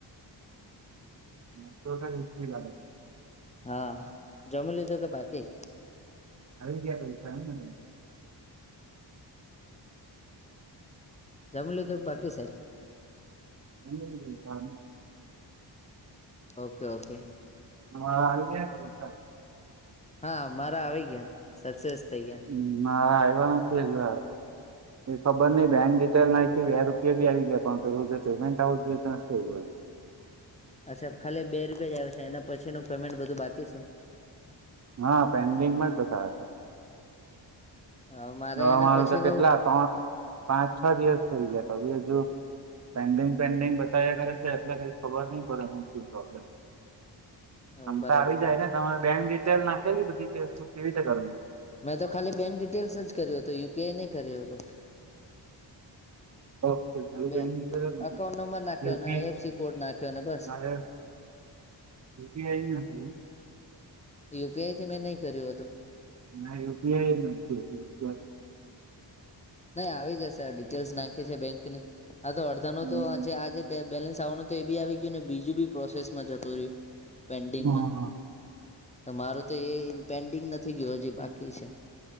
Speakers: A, on the right; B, on the left.
A: <inaudible>
B: હા જમી લીધું કે બાકી
A: આવી ગયા પૈસા એમને
B: જમી લીધું બાકી સાહેબ
A: <inaudible>
B: ઓકે ઓકે
A: હા આવી ગયા પૈસા
B: હા મારા આવી ગયા સક્સેસ થઇ ગયા
A: હ મારા આયવા નથી હજુ એ ખબર ની બેંક ડિટેલ નાખી બે રૂપિયા બી આવી ગયા અઉન્ટ તો જે પેમેન્ટ આવું જોઈએ તો થયું
B: અચ્છા ખાલી બે રૂપિયા જ આયવા છે એના પછીનું પેમેન્ટ બધું બાકી છે
A: હા પેન્ડિંગમાં જ બતાવે છે
B: હ મારે
A: હવા
B: એના
A: મારું
B: પછીનું
A: તો કેટલા ત્રણ પાંચ છ દિવસ થઈ ગયા તો બી હજુ પેન્ડિંગ પેન્ડિંગ બતાવ્યા કરે છે એટલા કઈ ખબર નઈ પડે હું શે પ્રોબ્લેમ
B: હ
A: આમ
B: બરાબર
A: તો આવી જાય ને તમારે બેંક ડિટેલ નાખેલી બધી કે શું કેવી રીતે કરું
B: મેં તો ખાલી બેંક ડિટેલ્સ જ કર્યું હતું યુપીઆઈ નહી કર્યું હતું
A: ઓકે
B: બે અકાઉન્ટ
A: બેકયુપી
B: નંબર નાખ્યો અને આઈએફસી કોડ
A: હ.
B: નાખ્યો અને બસ
A: ઈ ત
B: યુપીઆઈ થી મેં નહી કર્યો હતો
A: ના યુપીઆઈ એુંસ્ત
B: નહી આવી જશે ડિટેલ્સ નાખી છે બેંકની આ તો અડધાનો
A: હમ
B: તો આજેે બેલેન્સ આવવા તો એી આવી ગયું ને બીજું બી પ્રોસેસ માં જતું રહ્યું પેન્ડિંગમાં
A: હા હા
B: મારો તો એ પેન્ડિંગ નથી ગયયો હજી બાકી છે